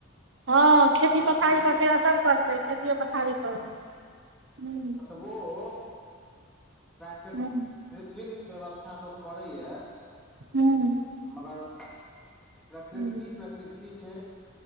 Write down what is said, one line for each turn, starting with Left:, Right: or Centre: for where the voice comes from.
Right: हँ
Centre: आ
Right: खेती
Centre: वर्षा
Right: पथारी
Centre: बुन्नी
Right: पर फेर असर पतै खेतियो पथारी पर ह
Centre: ओ प्राकृ कृत्रिम
Right: हूँ
Centre: व्यवस्था लोकोग करे ये
Right: हूँ
Centre: मगर प्रकृति
Right: हूँ
Centre: प्रकृति छै